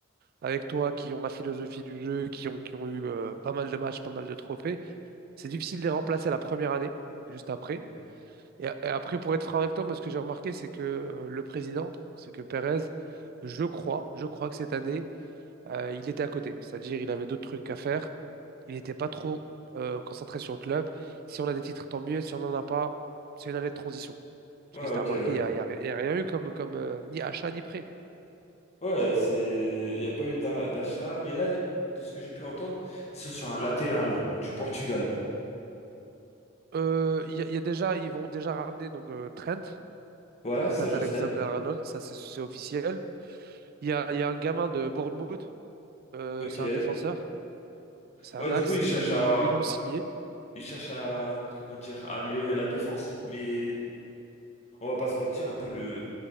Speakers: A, on the right; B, on the left.
A: avec toi, qui ont la philosophie du jeu, qui ont, qui ont eu euh, pas mal de matchs, pas mal de trophées. C'est difficile de les remplacer la première année, juste après.
B: Hmm.
A: Et, et après, pour être franc avec toi, moi, ce que j'ai remarqué, c'est que euh, le président, c'est que Pérez, je crois, je crois que cette année, euh, il était à côté. C'est-à-dire, il avait d'autres trucs à faire. Il n'était pas trop euh, concentré sur le club. Si on a des titres, tant mieux. Si on n'en a pas, c'est une année de transition. Parce
B: Ouais,
A: qu'il s'est
B: ok,
A: remarqué,
B: ouais.
A: il n'y a, il y a- il y a rien eu comme, comme euh, ni achat ni prêt.
B: Ouais, c'est, il n'y a pas eu d'a- d'achat, mais là, de ce que j'ai pu entendre, ils sont sur un latéral du Portugal.
A: Euh, Il y, a il y a déjà, ils vont déjà ramener donc euh, Trent.
B: Ouais,
A: Trent
B: ça je
A: Alexander-Arnold,
B: sais.
A: ça c'est c'est officiel. Il y a, il y a un gamin de Bournemouth, euh,
B: Ok.
A: c'est un défenseur, c'est un
B: Ouais,
A: axe,
B: du coup, ils
A: ils
B: cherchent à,
A: ils l'ont signé.
B: ils cherchent à, comment dire, à améliorer la défense. Mais on va pas se mentir, un peu le